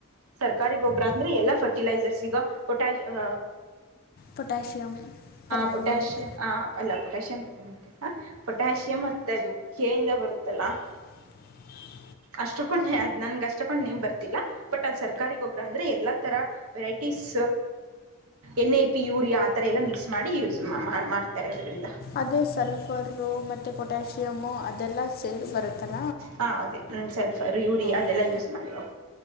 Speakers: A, on the right (about 70°); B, on the left (about 40°).
A: ಸರ್ಕಾರಿ ಗೊಬ್ಬ್ರ ಅಂದ್ರೆ ಎಲ್ಲಾ ಫರ್ಟಿಲೈಸರ್ಸ್ ಈಗ ಪೊಟ್ಯಾ ಹ
B: ಪೊಟ್ಯಾಷಿಯಮ್ ಪರ್ಮ್ಯಾಂಗನೇಟ್
A: ಪೊಟಾಷಿಯಂ ಆ ಅಲ್ಲ ಪೊಟ್ಯಾಷಿಯಂ ಪಮ ಪೊಟ್ಯಾಷಿಯಂ ಮತ್ತ ಅದು ಕೆ ಇಂದ ಬರುತ್ತಲ್ಲ
B: <unintelligible>
A: ಅಷ್ಟಕ್ಕೊಂಡ ಅ್ ನನ್ಗೆ ಅಷ್ಟಕ್ಕೊಂಡ್ ನೇಮ್ ಬರ್ತಿಲ್ಲ ಬಟ್ ಅ್ ಸರ್ಕಾರಿ ಗೊಬ್ಬರ ಅಂದ್ರೆ ಎಲ್ಲಾ ತರ ಟಸ್ ಎನ್ ಐ ಪಿ ಯೂರಿಯಾ ಆ ಥರ ಎಲ್ಲ ಮಿಕ್ಸ್ ಮಾಡಿ ಯೂಸ್ ಮಾಡ್ತಾರೆ ಅದರಿಂದ
B: ಅದೇ ಸಲ್ಫರು ಮತ್ತೆ ಪೊಟ್ಯಾಾಸಿಯಮು ಅದೆಲ್ಲ ಸೇರ್ ಬರುತ್ತದೆ
A: ಹ ಹೌದೇ ಹ್ಮ ಸಲ್ಫರ್ ಯೂರಿಯಾ
B: ಹ್ಞೂ
A: ಅದೆಲ್ಲ ಯೂಸ್ ಮಾಡಿ